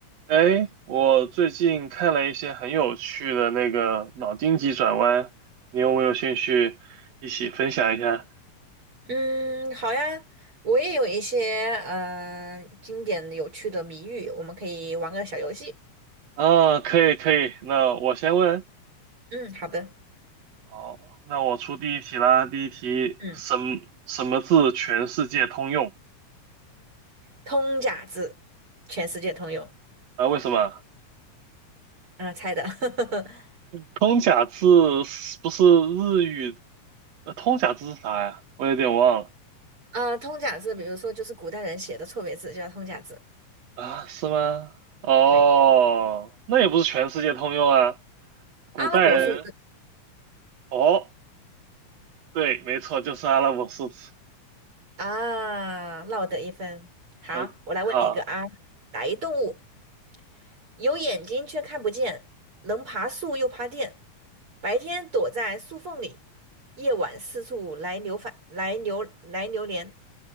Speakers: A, on the right; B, on the right.
A: 哎，我最近看了一些很有趣的那个脑筋急转弯，你有没有兴趣一起分享一下？
B: 嗯，好呀，我也有一些嗯、呃经典有趣的谜语，我们可以玩个小游戏。
A: 啊，可以可以，那我先问。
B: 嗯，好的。
A: 好，那我出第一题啦。第一题，
B: 嗯，
A: 什么什么字全世界通用？
B: 通假字，全世界通用。
A: 啊，为什么？
B: 嗯、猜的。<laughs>
A: 通假字是不是日语？呃，通假字是啥呀？我有点忘了。
B: 啊，通假字，比如说就是古代人写的错别字，就叫通假字。
A: 啊，是吗？哦，
B: 对，
A: 那也不是全世界通用啊。古代人，
B: 阿拉伯数字
A: 哦，对，没错，就是阿拉伯数字。
B: 啊，落得一分。好，
A: 呃，
B: 我来问你一个啊，
A: 好
B: 打一动物。有眼睛却看不见，能爬树又爬电，白天躲在树缝里，夜晚四处来流返，来流来流连，